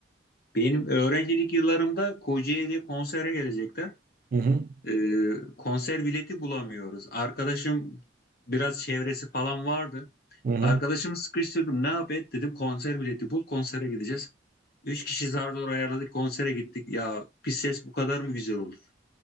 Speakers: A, on the left (about 55°); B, on the right (about 50°).
A: Benim öğrencilik yıllarımda Kocaeli'ye konsere gelecekler.
B: Hı hı,
A: Ee, konser bileti bulamıyoruz. Arkadaşım biraz çevresi falan vardı.
B: hı hı.
A: Arkadaşımı sıkıştırdım. Ne yap et dedim. Konser bileti bul. Konsere gideceğiz. Üç kişi zar zor ayarladık. Konsere gittik. Ya pis ses bu kadar mı güzel olur?